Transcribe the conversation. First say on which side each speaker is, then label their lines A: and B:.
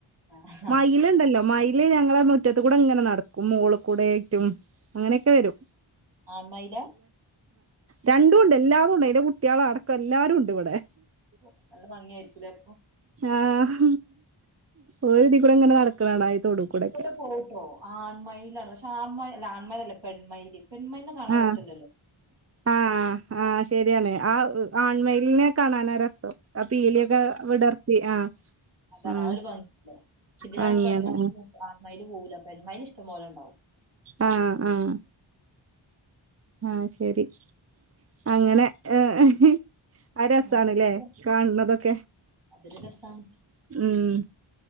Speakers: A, on the right; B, on the right.
A: ആഹ്
B: മയിലുണ്ടല്ലോ മയിൽ ല് ഞങ്ങടെ മുറ്റത്ത് കൂടെ ഇങ്ങനെ നടക്കും മോളിൽ കൂടെ ആയിട്ടും അങ്ങനെയൊക്കെ വരും.
A: ആൺമയിലാ
B: രണ്ടുംണ്ട് എല്ലാരു ഉണ്ട് അന്റെ കുട്ടികള് അടക്കം എല്ലാരും ഉണ്ട് ഇവിടെ
A: ഓ നല്ല ഭംഗിയായിരിക്കുലേ അപ്പൊ
B: ആഹ് ഒരുതി കൂടെ ഇങ്ങനെ നടക്കണാണ ഈ തൊടൂ കൂടെക്കെ
A: ഇതിലെ പൊഉട്ടോ ആൺമലാണ് പക്ഷെ ആൺമ ല ആൺമയ്ലല്ല പെൺമയ്ൽ പെണ് മയിലിനെ കാണാന്
B: ആഹ്
A: രസല്ലല്ലോ
B: ആഹ് ആഹ് ശരിയാണ് ആ ആൺമയ്ലിനെ കാണാനാ രസം അപ്പീലിയൊക്കെ വിടർത്തി ആഹ്
A: അതാണ്
B: ആഹ്
A: അതൊരു ഭംഗിണ്ടാഉ ക്ഷ ഇതിനാണ്
B: വാങ്ങിയാണ്
A: പെൺമൈല്
B: ആഹ്
A: ആൺമയ്ൽ പോകൂല പെൺമയ്ല് ഇഷ്ടംപോലെണ്ടാവും
B: ആഹ് ആഹ് ആഹ് ശരി അങ്ങനെ ഏഹ് എഹ് രസാണ്ല്ലേ
A: അങ്ങനത്തെ
B: കാൺന്നതൊക്കെ
A: അതൊരു രസാണ്
B: ഉം